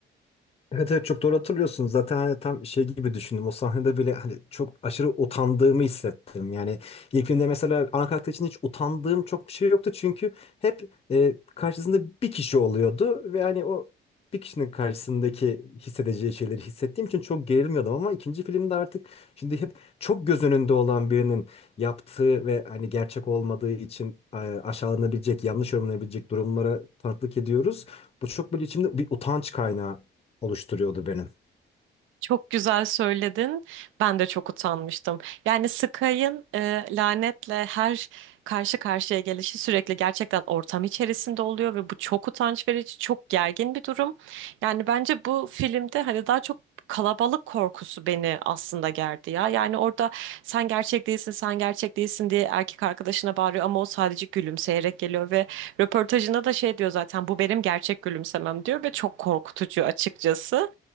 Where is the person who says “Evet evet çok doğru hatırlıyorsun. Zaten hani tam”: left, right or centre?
Left